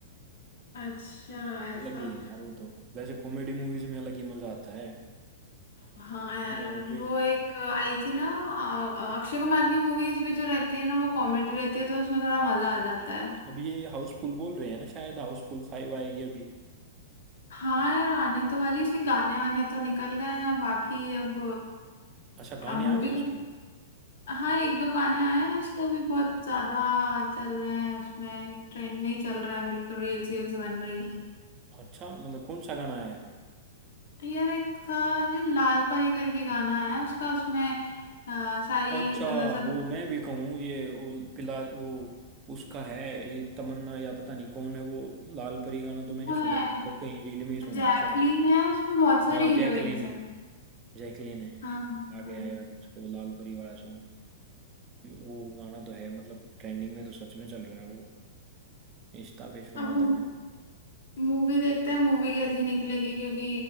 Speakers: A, on the left; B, on the right.
A: अच्छा ऐसा
B: अलग ही है यार वो तो वैसे कॉमेडी मूवीज में अलग ही मजा आता है
A: हाँ यार
B: यहाँ पे
A: वो एक आई थी ना अ- अक्षय कुमार की मूवीज भी जो रहती है ना वो कॉमेडी रहती है तो उसमें थोड़ा मजा आ जाता है
B: अब ये हाउसफुल बोल रहे हैं ना शायद हाउसफुल फाइव आएगी अभी
A: हाँ यार आने तो वाली उसके गाने वाने तो निकल गए हैं बाकी अब
B: अच्छा गाने
A: अब
B: आ
A: मूवी
B: गए
A: का
B: उसके
A: हाँ एक दो गाने आए हैं उसके अभी बहुत ज्यादा चल रहे हैं उसमें ट्रेंड में ही चल रहा है बिल्कुल रील्स वील्स बन रही हैं
B: अच्छा मतलब कौन सा गाना है
A: तो यार एक था जो लाल परी करके गाना है उसका उसमें अ, सारी
B: अच्छा
A: मतलब सब
B: वो मैं भी कहूँ ये वो पिला वो उसका है ये तमन्ना या पता नहीं कौन है वो लाल परी गाना तो मैंने
A: वो
B: सुना
A: है
B: है मतलब कहीं रील में ही सुना
A: जैकलीन
B: है शायद
A: है उसमें बहुत सारी
B: हाँ
A: हीरोइंस
B: जैकलीन है
A: हैं
B: जैकलीन है
A: हाँ
B: आ गया
A: हाँ।
B: याद उसका वो लाल परी वाला सॉन्ग वो गाना तो है मतलब ट्रेंडिंग में तो सच में चल रहा है वो इंस्टा पे सुना
A: अब वो
B: था
A: मूवी देखते हैं मूवी कैसी निकलेगी क्योंकि